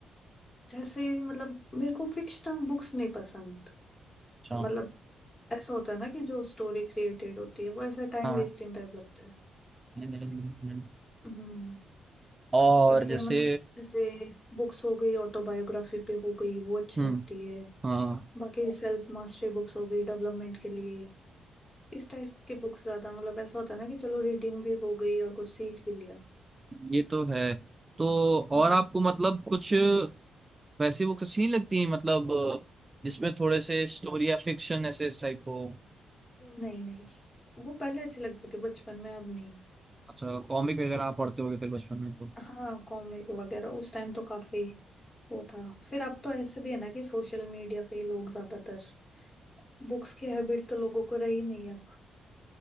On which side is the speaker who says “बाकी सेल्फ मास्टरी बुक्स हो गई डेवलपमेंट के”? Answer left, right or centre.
Left